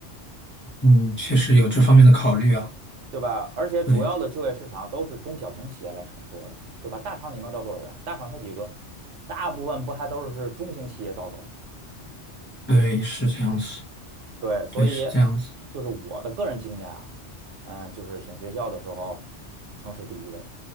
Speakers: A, on the left (about 20°); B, on the right (about 85°).
A: 嗯，确实有这方面的考虑啊，
B: 对吧？而且主要的就业市场都是中小型企业来承托的，
A: 对
B: 对吧？大厂你能招多少人？大厂才几个，大部分不还都是中型企业招走吗？
A: 对，是这样子，
B: 对，所以
A: 对，是这样子。
B: 就是我的个人经验啊，嗯，就是选学校的时候，城市第一位。